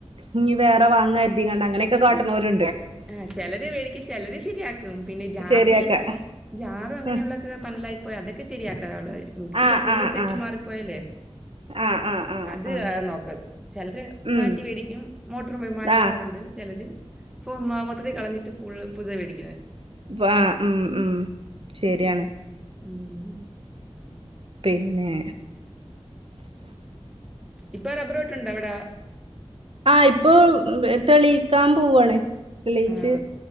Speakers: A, on the right; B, in the centre.
A: ഇഞ് വേറെ വാങ്ങാ കര്തിക്കാണ്ട് അങ്ങനെക്കെ കാട്ട്ണോല്
B: ആ ചെലരു വേടിക്കും ചെലരു ശെരിയാകും പിന്നെ ജാറ്
A: ശരിയാക്കാ
B: ബെയ്‌സ് ജാറ് അങ്ങനെയുള്ളതാക്കെ
A: ഉം
B: പന്നലായിപോയ അതൊക്കെ ശെരിയാകാൻ ആള് വരും മിക്സിടെ
A: ആഹ്
B: ഫുള്ള്
A: ആഹ്
B: സെറ്റും
A: ആഹ്
B: മാറിപ്പോയാൽ ലെ
A: ആഹ് ആഹ് ആഹ്
B: അത്
A: ആഹ്
B: നോക്കത് ചെലരു
A: ഉം
B: മാറ്റി വേടിക്കും മോട്ടർ മാറ്റുന്നൊരു
A: ആഹ്
B: ഉണ്ട് ചെലരു ഇപ്പം മൊത്തത്തി കളഞ്ഞിട്ട് ഫുൾ പുതിയത് വെടി
A: വാ ഉം ഉം ശെരിയാണ്
B: ഊം
A: പിന്നെ
B: ഇപ്പൊ റബറ് വെട്ട്ണ്ടൊ ഇവിടെ
A: ആ ഇപ്പോ പോ തെളിയിക്കാൻ പോവാണ് തെളിയിച്ച്
B: ആഹ്.